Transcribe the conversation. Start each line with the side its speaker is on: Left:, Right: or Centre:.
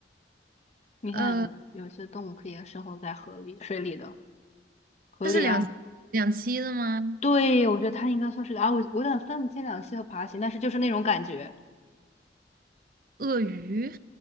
Left: 你看，
Right: 呃，
Left: 有有些动物可以生活在河里、水里的，河里啊，
Right: 它是两两栖的吗？
Left: 对，我觉得它应该算是啊，我我有点分不清两栖和爬行，但是就是那种感觉。
Right: 鳄鱼？